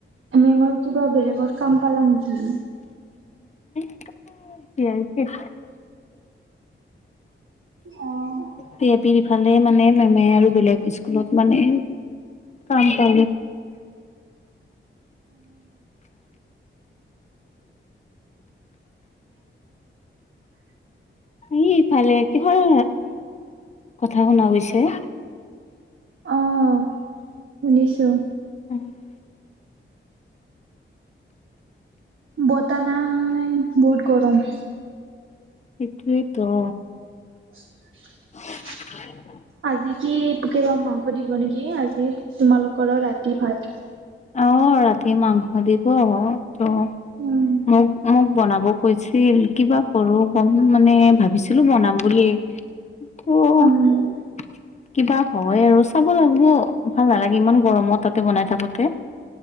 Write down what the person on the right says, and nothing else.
আমিমাৰ কিবা বেলেগত কাম পালা নেকি?
অ
অ' শুনিছো।
বতাহ নাই বহুত গৰম।
<inaudible>
আজি কি কিবা মাংস দিব নেকি আজি তোমালোকৰ ৰাতি ভাত
উম
অ